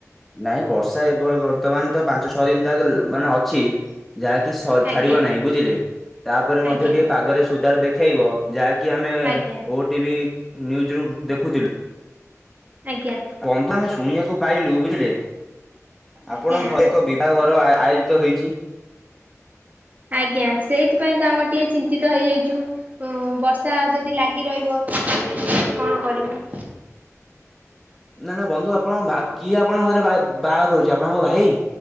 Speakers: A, in the centre; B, on the right.
A: ନାଇଁ ବର୍ଷା ଏବେ ବର୍ତ୍ତମାନ ତ ପାଞ୍ଚ ଛଅ ଦିନ ତାକ ମାନେ ଅଛି। ଯାହାକି
B: ଆଜ୍ଞା
A: ଛାଡିବ ନାହିଁ ବୁଝିଲେ ତାପରେ
B: ଆଜ୍ଞା
A: ମଧ୍ୟ ଟିକେ ପାଗରେ ସୁଦାର ଦେଖେଇବ ଯାହାକି କି ଆମେ
B: ଆଜ୍ଞା
A: ଓଟିଭି ନିୟୁଜରୁ ଦେଖୁଥିଲୁ।
B: ଆଜ୍ଞା
A: ବନ୍ଧୁ ଆମେ ଶୁଣିବାକୁ ପାଇଲୁ ବୁଝିଲେ
B: ଆଜ୍ଞା
A: ଆପଣଙ୍କ ଘରେ ବିବାହ ଘର ଆ ଆୟୋଜିତ ହେଇଛି।
B: ଆଜ୍ଞା ସେଇଥିପାଇଁ ତ ଆମେ ଟିକେ ଚିନ୍ତିତ ହେଇଯାଇଛୁ। ବର୍ଷା ଯଦି ଲାଗି ରହିବ ତାହେଲେ ଆମେ କେମିତି କଣ କରିବୁ?
A: ନା ନା ବନ୍ଧୁ ଆପଣଙ୍କ କିଏ ଆପଣଙ୍କ ଘରେ ବାହାଘର ହଉଛି ଆପଣଙ୍କ ଭାଇ?